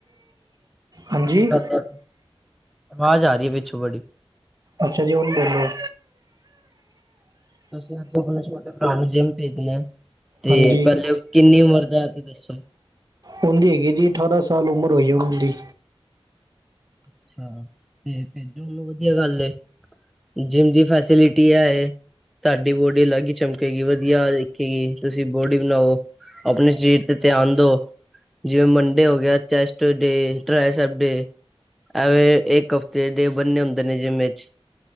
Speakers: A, on the right (about 40°); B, in the centre.
A: ਹਾਂਜੀ
B: ਤੁਸੀ <unintelligible> ਆਵਾਜ਼ ਆ ਰਹੀ ਐ ਪਿੱਛੋਂ ਬੜੀ।
A: ਅੱਛਾ ਜੀ ਹੁਨ ਬੋਲੋ।
B: ਤੁਸੀ <unintelligible> ਅਪਨੇ ਛੋਟੇ ਭਰਾ ਨੂੰ ਜਿੰਮ ਭੇਜਨਾ ਐ ਤੇ
A: ਹਾਂਜੀ
B: ਪਹਿਲੇ ਕਿੰਨੀ ਉਮਰ ਦਾ, ਐ ਤੇ ਦੱਸੋ
A: ਉਂਦੀ ਹੈਗੀ ਜੀ ਅਠਾਰਾਂ ਸਾਲ ਉਮਰ ਹੋਈ ਉਨ ਦੀ
B: ਅੱਛਾ ਤੇ ਭੇਜੋ, ਚਲੋ ਵਧੀਆ ਗੱਲ ਏ। ਜਿੰਮ ਦੀ ਫੈਸਿਲਿਟੀ ਐ ਏ। ਤਾਡੀ ਬੋਡੀ ਅਲੱਗ ਈ ਚਮਕੇਗੀ ਵਧੀਆ ਦਿਖੇਗੀ। ਤੁਸੀਂ ਬੋਡੀ ਬਣਾਔ ਆਪਣੇ ਸਰੀਰ ਤੇ ਧਿਆਨ ਦੋ ਜਿਵੇਂ ਮੰਡੇ ਹੋ ਗਿਆ ਚੈਸਟ ਡੇ, ਟ੍ਰੈਸਪ ਡੇ ਐਵੇਂ ਇਕ ਹਫ਼ਤੇ ਡੇ ਬੰਨੇ ਹੁੰਦੇ ਨੇ ਜਿੰਮ ਇੱਚ